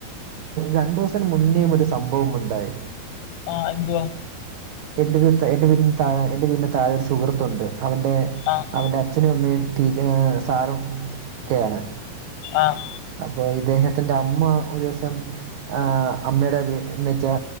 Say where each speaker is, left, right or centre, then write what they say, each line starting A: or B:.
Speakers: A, on the right; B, on the left.
A: രണ്ടു ദിവസത്തിന് മുന്നേ ഒരു സംഭവം ഉണ്ടായി
B: ആഹ് എന്തുവാ
A: എൻ്റെ ഒരു എൻ്റെ വീടിന്റെ താ എൻ്റെവീട്ടിന്റെ താഴൊരു സുഹൃത്തുണ്ട് അവൻ്റെ
B: ആഹ്
A: അവൻ്റെ അച്ഛനും അമ്മയും ടീച്ച സാറും ക്കെയാണ്.
B: ആഹ്
A: അപ്പൊ ഇദ്ദേഹത്തിന്റെ അമ്മ ഒരു ദിവസം. ആഹ് അമ്മയുടെ ത് എന്ന് വെച്ചാ